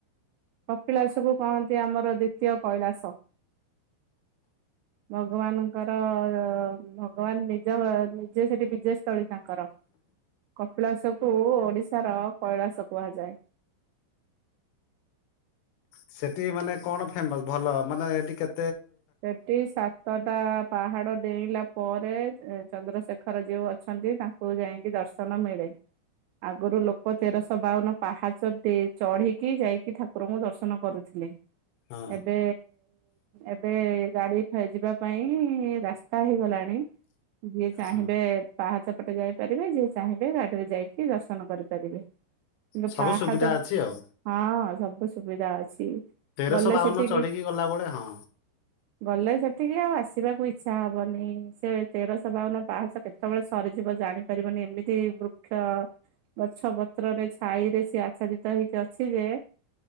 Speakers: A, on the right; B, on the left.
A: କପିଳାସକୁ କହନ୍ତି ଆମର ଦ୍ୱିତୀୟ କୈଳାସ। ଭଗବାନଙ୍କର ଭଗବାନ ନିଜ ନିଜେ ସେଠି ବିଜୟ ସ୍ଥଳୀ ତାଙ୍କର। କପିଳାସ କୁ ଓଡିଶାର କୈଳାସ କୁହାଯାଏ।
B: ସେଠି ମାନେ କଣ ଫେମସ୍ ଭଲ ମାନେ ଏଠି କେ
A: ସେଟି ସାତଟା ପାହାଡ ଡେଇଁଲା ପରେ ଏ ଚନ୍ଦ୍ରଶେଖର ଯୋଉ ଅଛନ୍ତି ତାଙ୍କୁ ଯାଇକି ଦର୍ଶନ ମିଳେ। ଆଗରୁ ଲୋକ ତେରଶ ବାଉନ ପାହାଚ ତେ-ଚଢିକି ଯାଇକି ଠାକୁରଙ୍କୁ ଦର୍ଶନ କରୁଥିଲେ।
B: ହଁ
A: ଏବେ ଏବେ ଗାଡି ଫେ ଯିବା ପାଇଁ ରାସ୍ତା ହେଇଗଲାଣି। ଯିଏ ଚାହିଁବେ
B: ହଁ।
A: ପାହାଚ ପଟେ ଯାଇପାରିବେ ଯିଏ ଚାହିଁବେ ଗାଡିରେ ଯାଇକି ଦର୍ଶନ କରିପାରିବେ। କିନ୍ତୁ
B: ସବୁ
A: ପାହାଚ
B: ସୁବିଧା ଅଛି ଆଉ
A: ହଁ ସବୁ ସୁବିଧା ଅଛି।
B: ତେରଶହ
A: ଗଲେ
B: ବାଉନ
A: ସେଠିକି
B: ଚଢ଼ିକି ଗଲାବେଳେ ହଁ।
A: ଗଲେ ସେଠିକି ଆଉ ଆସିବାକୁ ଇଚ୍ଛା ହବନି। ସେ ତେରଶହ ବାଉନ ପାହଚ କେତେବେଳେ ସ ଯିବ ଜାଣିପାରିବନି ଏମିତି ବୃକ୍ଷ ଗଛ ପତ୍ରରେ ଛାଇ ରେ ସିଏ ଆଚ୍ଛାଦିତ ହେଇକି ଅଛି ଯେ